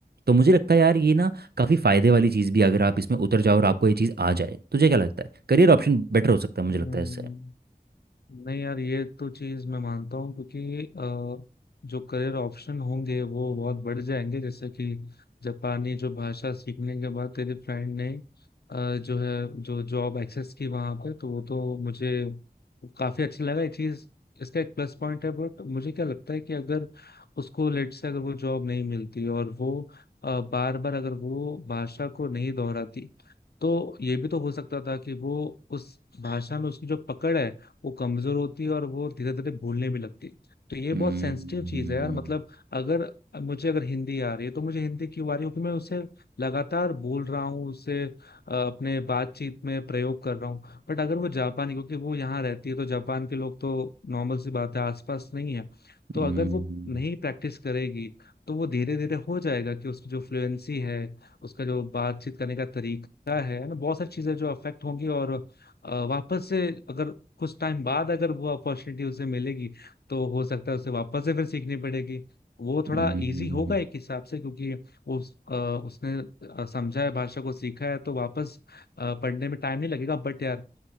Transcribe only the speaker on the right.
तो मुझे लगता है यार ये ना काफ़ी फ़ायदे वाली चीज़ भी अगर आप इसमें उतर जाओ और आपको ये चीज़ आ जाए तुझे क्या लगता है करियर ऑप्शन बेटर हो सकता है मुझे
लगता है इससे
हम्म
हम्म
हम्म,
हम्म,